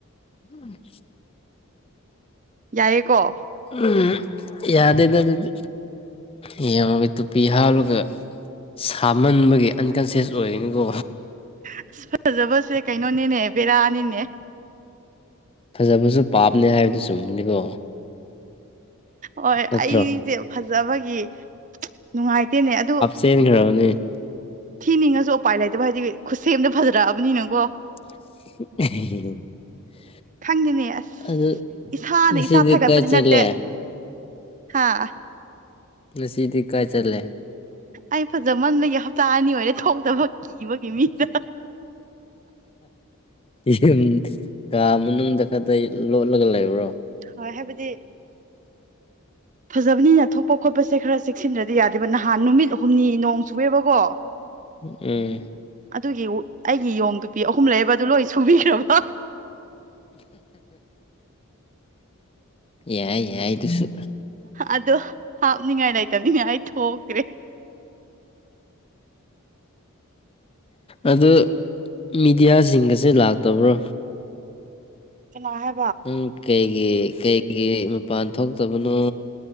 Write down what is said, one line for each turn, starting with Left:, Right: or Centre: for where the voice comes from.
Left: ꯎꯝ
Right: ꯌꯥꯏꯑꯦꯀꯣ
Left: ꯎꯝ ꯌꯥꯗꯦꯗ ꯑꯗꯨꯗꯤ ꯌꯦꯡꯉꯒ ꯇꯨꯄꯤ ꯍꯥꯥꯎꯂꯒ ꯁꯥꯃꯟꯕꯒꯤ ꯑꯟꯀꯟꯁꯤꯌꯁ ꯑꯣꯏꯔꯅꯤꯀꯣ
Right: ꯑꯁ ꯐꯖꯕꯁꯦ ꯀꯩꯅꯣꯅꯦꯅꯦ ꯕꯦꯔꯥꯅꯤꯅꯦ
Left: ꯐꯖꯕꯁꯨ ꯄꯥꯞꯅꯦ ꯍꯥꯏꯕꯗꯨ ꯆꯨꯝꯕꯅꯤꯀꯣ
Right: ꯍꯣꯏ
Left: ꯅꯠꯇ꯭ꯔꯣ
Right: ꯑꯩꯁꯦ ꯐꯖꯕꯒꯤ ꯅꯨꯡꯉꯥꯏꯇꯦꯅꯦ ꯑꯗꯨ
Left: ꯇꯦꯟ ꯈꯦꯔꯕꯅꯦ
Right: ꯊꯤꯅꯤꯡꯉꯁꯨ ꯎꯄꯥꯏ ꯂꯩꯇꯕ ꯍꯥꯏꯗꯤ ꯈꯨꯠꯁꯦꯝꯗ ꯐꯖꯔꯛꯑꯕꯅꯤꯅꯪꯀꯣ
Left: <unintelligible>
Right: ꯈꯪꯗꯦꯅꯦ ꯑꯁ
Left: ꯑꯗꯨ
Right: ꯏꯁꯥꯅ
Left: ꯉꯁꯤꯗꯤ
Right: ꯏꯁꯥ ꯊꯥꯒꯠꯄꯗꯤ
Left: ꯀꯥꯏ ꯆꯠꯂꯦ
Right: ꯅꯠꯇꯦ ꯍꯥꯥ
Left: ꯉꯁꯤꯗꯤ ꯀꯥꯏ ꯆꯜꯂꯦ
Right: ꯑꯩ ꯐꯖꯃꯟꯕꯒꯤ ꯍꯞꯇꯥ ꯑꯅꯤ ꯑꯣꯏꯔꯦ ꯊꯣꯛꯇꯅꯕ ꯀꯤꯕꯒꯤ ꯃꯤꯗ
Left: ꯌꯨꯝ ꯀꯥ ꯃꯅꯨꯡꯗ ꯈꯛꯇ ꯂꯣꯠꯂꯒ ꯂꯩꯕ꯭ꯔꯣ
Right: ꯍꯣꯏ ꯍꯥꯏꯕꯗꯤ ꯐꯖꯕꯅꯤꯅ ꯊꯣꯛꯄ ꯈꯣꯠꯄꯁꯦ ꯈꯔ ꯆ ꯁꯤꯟꯗ꯭ꯔꯗꯤ ꯌꯥꯗꯦꯕ ꯅꯍꯥꯟ ꯅꯨꯃꯤꯠ ꯍꯨꯝꯅꯤ ꯅꯣꯡ ꯆꯨꯑꯦꯕꯀꯣ
Left: ꯎꯝ
Right: ꯑꯗꯨꯒꯤ ꯑꯩꯒꯤ ꯌꯣꯡꯗꯨꯄꯤ ꯑꯍꯨꯝ ꯂꯩꯕ ꯑꯗꯨ ꯂꯣꯏ ꯁꯨꯕꯤꯈ꯭ꯔꯕꯣ
Left: ꯌꯥꯏ ꯌꯥꯏꯗꯨꯁꯨ
Right: ꯑꯗꯣ ꯍꯥꯞꯅꯤꯡꯉꯥꯏ ꯂꯩꯇꯕꯅꯤꯡꯉꯥꯏ ꯊꯣꯛꯈ꯭ꯔꯦ
Left: ꯑ ꯃꯤꯦꯗꯤꯌꯥꯁꯤꯡꯒꯁꯦ ꯂꯥꯛꯇꯕ꯭ꯔꯣ
Right: ꯀꯅꯥꯍꯦ
Left: ꯅꯪ ꯀꯩꯒꯤ ꯀꯩꯒꯤ ꯃꯄꯥꯟ ꯊꯣꯛꯇꯕꯅꯣ